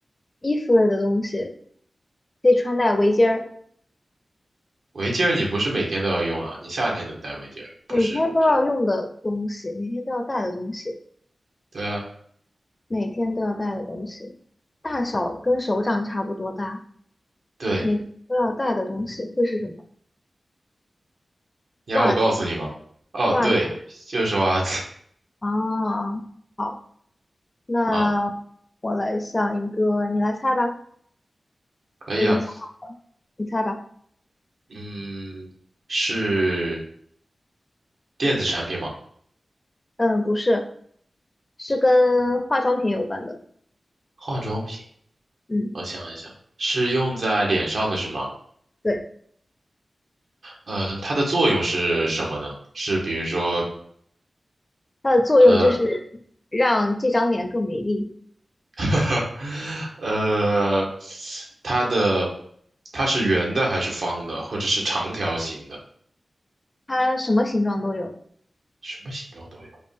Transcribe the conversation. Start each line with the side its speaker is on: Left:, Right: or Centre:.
Left: 衣服类的东西可以穿戴围巾儿，
Right: 围巾儿你不是每天都要用啊？你夏天怎么戴围巾儿？
Left: 每天都要用的东西，
Right: 不是，
Left: 每天都要带的东西，
Right: 对啊，
Left: 每天都要带的东西，大小跟手掌差不多大，
Right: 对，
Left: 每天都要带的东西会是什么？
Right: 你要我告诉你吗？
Left: 袜子，
Right: 哦，
Left: 袜子
Right: 对，就是 <laughs> 袜子。
Left: 啊，好。
Right: <laughs>
Left: 那
Right: 好，
Left: 我来想一个，你来猜吧。
Right: 可以啊。
Left: 我已经想好了，你猜吧。
Right: 嗯，是电子产品吗？
Left: 嗯，不是，是跟化妆品有关的。
Right: 化妆品，
Left: 嗯，
Right: 我想一想，是用在脸上的是吗？
Left: 对，
Right: 嗯、它的作用是什么呢？是比如说，
Left: 它的作用就是
Right: 呃，
Left: 让这张脸更美丽。
Right: <laughs> 呃，它的它是圆的还是方的，或者是长条形的？
Left: 它什么形状都有。
Right: 什么形状都有。